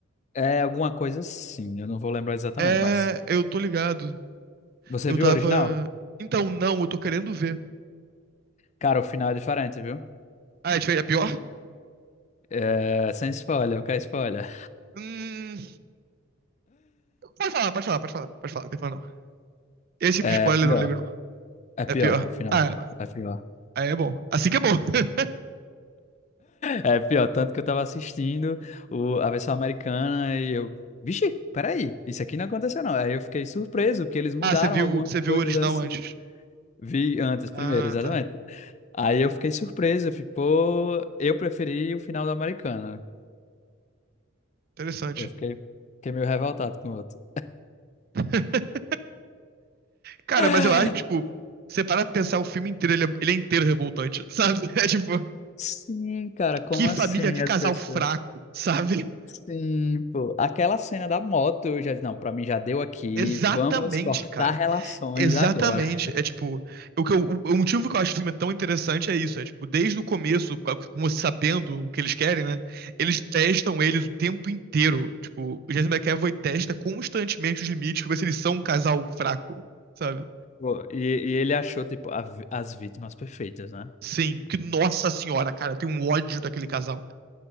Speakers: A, on the left; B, on the right.
A: É alguma coisa assim, eu não vou lembrar exatamente,
B: É,
A: mas
B: eu tô ligado.
A: você
B: Eu
A: viu
B: tava.
A: o original?
B: Então, não, eu tô querendo ver.
A: Cara, o final é diferente, viu?
B: Ah, a gente fez a pior?
A: É, sem spoiler, eu quero spoiler.
B: Hum, pode falar, pode falar, pode falar, pode falar, não tem problema não. Esse tipo
A: É
B: de spoiler
A: pior,
B: eu não ligo não.
A: é pior,
B: É pior.
A: o final
B: Ah,
A: é pior, é pior.
B: aí é bom. Assim que é bom. <laughs>
A: É pior, tanto que eu tava assistindo o- a versão americana e eu, vixe, peraí, isso aqui não aconteceu não. Aí eu fiquei surpreso que eles mudaram
B: Ah, você viu,
A: algumas
B: você viu
A: coisas
B: o original
A: assim.
B: antes.
A: Vi antes, primeiro,
B: Ah,
A: exatamente.
B: tá.
A: Aí eu fiquei surpreso, eu fiquei, pô, eu preferi o final da americana.
B: Interessante.
A: Eu fiquei, fiquei meio revoltado com o outro.
B: <laughs> Cara,
A: <laughs>
B: mas eu acho que, tipo, você para pra pensar o filme inteiro, ele é, ele é inteiro revoltante, sabe? <laughs> É tipo,
A: Sim, cara, como
B: que
A: assim
B: família, que
A: as
B: casal
A: pessoas?
B: fraco, sabe?
A: Sim, pô. Aquela cena da moto, eu já disse, não, pra mim já deu aqui,
B: Exatamente,
A: vamos cortar
B: cara.
A: relações
B: Exatamente.
A: agora.
B: É tipo, o, que eu- o motivo que eu acho o filme tão interessante é isso. É tipo, desde o começo, com com você sabendo o que eles querem, né? Eles testam eles o tempo inteiro. Tipo, o James McAvoy testa constantemente os limites pra ver se eles são um casal fraco, sabe?
A: Pô, E, e ele achou, tipo, a vi- as vítimas perfeitas, né?
B: Sim, porque, nossa senhora, cara, eu tenho um ódio daquele casal.